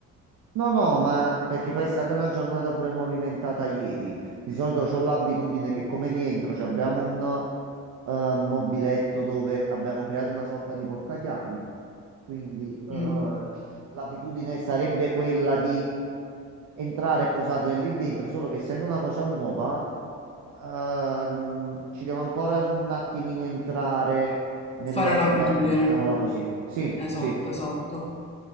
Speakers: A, on the right (about 70°); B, on the left (about 20°).
A: No, no, ma perché poi è stata una giornata pure movimentata ieri. Di solito ho l'abitudine che come rientro ci abbiamo un eh, mobiletto dove abbiamo creato una sorta di portachiavi. Quindi eh,
B: Mm.
A: l'abitudine sarebbe quella di entrare e posarle lì dentro, solo che essendo una cosa nuova, ehm, ci devo ancora un attimino entrare nell'ottica,
B: Fare l'abitudine.
A: ecco, mettiamola così. Sì,
B: Esatto,
A: sì.
B: esatto.